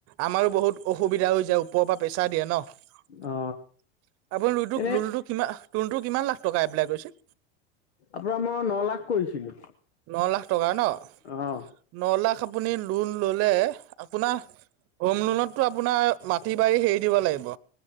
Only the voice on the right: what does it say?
আমাৰো বহুত অসুবিধা হৈ যায় ওপৰৰ পৰা প্ৰেছাৰ দিয়ে ন।
আপুনি লোটো
লোনটো কিমা কিমান লাখ টকা এপ্লাই কৰিছিল?
ন লাখ টকা ন ন লাখ
ন লাখ আপুনি লোন ল'লে আপোনাৰ হোম লোনতো আপোনাৰ মাটি বাৰী হেৰি দিব লাগিব।